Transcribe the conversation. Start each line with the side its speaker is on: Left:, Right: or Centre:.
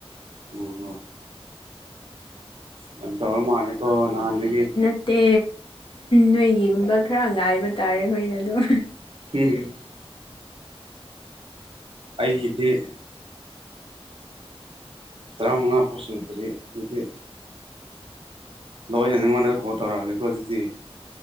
Right: ꯑꯣ ꯍꯣ ꯌꯥꯝ ꯇꯧꯔ ꯃꯥꯜꯂꯦꯀꯣ ꯅꯍꯥꯟꯗꯒꯤ
Left: ꯠꯇꯦ ꯅꯣꯏꯒꯤꯒꯨꯝꯕ ꯈꯔ ꯉꯥꯏꯕ ꯇꯥꯔꯦ ꯑꯩꯈꯣꯏꯅ ꯑꯗꯨꯝ
Right: ꯎꯝꯨꯝ ꯑꯩꯒꯤꯗꯤ ꯇꯔꯥꯃꯉꯥ ꯄꯣꯁꯨꯇꯔꯤ ꯑꯗꯨꯗꯤ ꯂꯣꯏꯅ ꯅꯉꯣꯟꯗ ꯀꯣꯜ ꯇꯧꯔꯛꯑꯒꯦꯀꯣ ꯑꯗꯨꯗꯤ